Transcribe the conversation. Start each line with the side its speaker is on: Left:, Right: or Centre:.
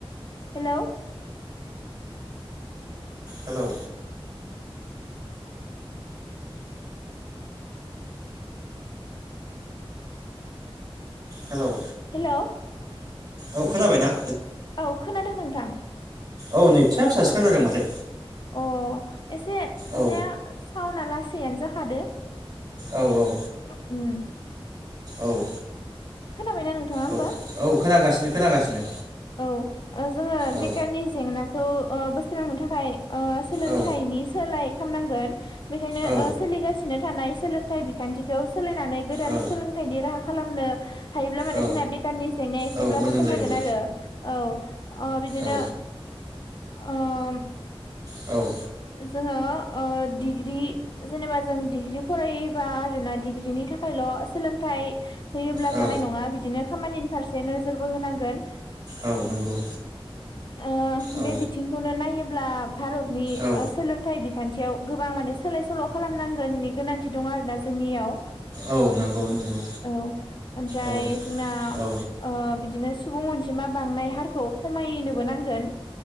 Left: hello
Right: hello hello
Left: hello
Right: औ खोनाबाय ना
Left: औ खोना दों नोंथां
Right: औ नै फिसा फिसासो खोनादों माथो
Left: अ एसे माने
Right: औ
Left: सावना लासै फिसायानो जाखादो
Right: औ औ
Left: उम
Right: औ
Left: खोनाबायना नोंथाङा होमबा
Right: औ औ खोनागासिनो खोनागासिनो
Left: औ जोङो
Right: औ
Left: बेखारनि जेंनाखौ अ बोस्रांनो थाखाय ओ सोलोंथाइनि
Right: औ
Left: सोलाय खामनांगोन बेखायनो
Right: औ
Left: ओ सोलिगासिनो थानाय सोलों थाइ बिखान्थिखौ सोलायनानै गोदान
Right: औ
Left: सोलोंथाइनि राहा खालामनो हायोब्ला माने
Right: औ
Left: जोंना <unintelligible> जेंनाया एसेब्लाबो
Right: औ मोजां
Left: खमायगोन
Right: जायो
Left: आरो औ अ बिदिनो
Right: औ
Left: ओम
Right: औ
Left: जोङो ओ डिग्रि जेनेबा जों डिग्रि फरायोबा आरोना डिग्रिनि थाखायल' सोलोंथाइ होयोब्ला
Right: औ
Left: जानाय नङा बिदिनो खामानिनि फारसे नोजोरबो होनांगोन
Right: औ नंगौ
Left: ओ
Right: औ
Left: बे बिथिंखौनो नायोब ब्ला भारतनि ओ
Right: औ
Left: सोलोंथाइ बि खान्थियाव गोबां माने सोलाय सोल' खालामनांगोननि गोनांथि दं आरोना जोंनियाव
Right: औ नंगौ नंगौ
Left: औ ओमफ्राय
Right: औ
Left: जोंना
Right: औ
Left: ओ बिदिनो सुबुं अनजिमा बांनाय हारखौ खमायनोबो नांगोन